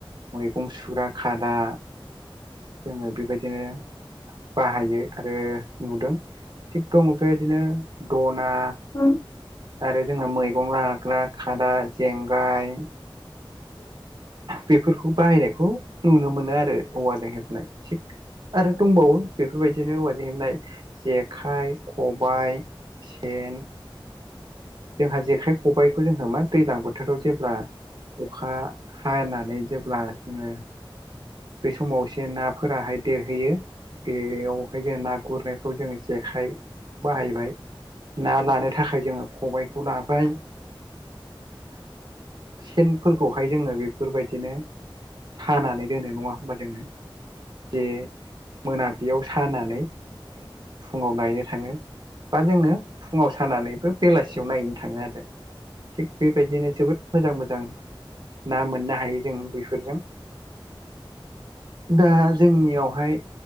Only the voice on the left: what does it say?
औ
औ
औ